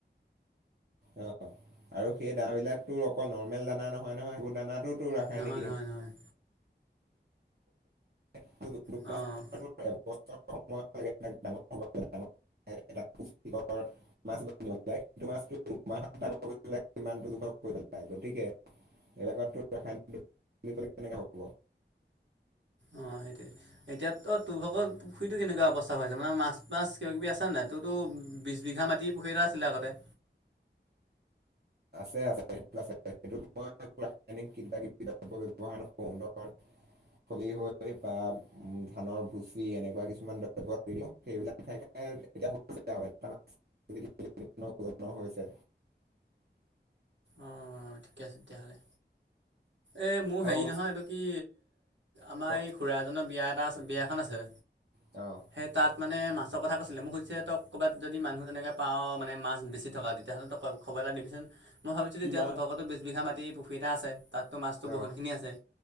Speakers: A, on the right; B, on the right.
A: অ আৰু সেই দানাবিলাক তোৰ অকল নৰ্মেল দানা নহয় নহয় সেইবোৰ দানা তোৰ ৰাসায়নিক
B: নহয় নহয় নহয়
A: <unintelligible>
B: অঁ
A: <unintelligible> <unintelligible> গতিকে <unintelligible> বুলি কলে কেনেকে হ'ব।
B: অ সেইটোৱে। এতিয়তো তোৰ ভক পুখুৰীটো কেনেকুৱা অৱস্থা হৈছে? মানে মাছ মাছ কিবা কিবি আছেনে নাই? তোৰতো বিছ বিঘা মাটি পুখুৰী এটা আছিলে আগতে।
A: আছে আছে সেই আ সেইটোত মই ৰাসায়নিক কিবা কিবি দ্ৰৱ ব্যৱহাৰ নকৰো <unintelligible> <unintelligible> বা ধানৰ ভুচি এনেকুৱা কিছুমান দ্ৰৱ সেইবিলাক <unintelligible> <unintelligible> ওজনৰ হৈছে
B: অ ঠিকে আছে তেতিয়াহ'লে। এই মোৰ
A: আৰু
B: হেৰি নহয় এইটো কি আমাৰ
A: ক-
B: এই খুডৰা এজনৰ বিয়া এটা আছে বিয়াখন আছে।
A: অ।
B: সেই তাত মানে মাছৰ কথা কৈছিলে। মই কৈছো তক ক'ৰবাত যদি মনুহ তেনেকে পাওঁ মানে মাছ বেছি থকা তেতিহ'লে তোক ক খবৰ এটা দিবিচোন। মই ভাবিছোঁ
A: কিমা
B: যে এতিয়া তোৰভাগত বিছ বিঘা মাটি পুখী এটা আছে, তাতো মাছটো
A: অঁ
B: বহুতখিনি আছে